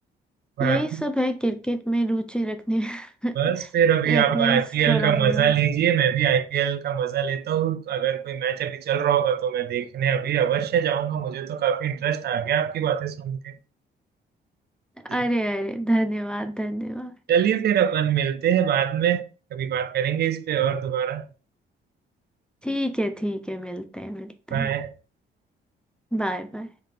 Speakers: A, on the right; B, in the centre.
A: वाह
B: यही सब है क्रिकेट में रुचि रखने <laughs>
A: बस फिर
B: रखने
A: अभी आप आईपीएल
B: में थोड़ा
A: का
B: मोड़ा
A: मजा लीजिए मैं भी आईपीएल का मजा लेता हूँ अगर कोई मैच अभी चल रहा होगा तो मैं देखने अभी अवश्य जाऊंगा मुझे तो काफी इंटरेस्ट आ गया आपकी बातें सुन के जी
B: अरे अरे धन्यवाद धन्यवाद
A: चलिए फिर अपन मिलते हैं बाद में कभी बात करेंगे इस पे और दोबारा
B: ठीक है ठीक है मिलते हैं मिलते
A: बाय
B: हैं Bye bye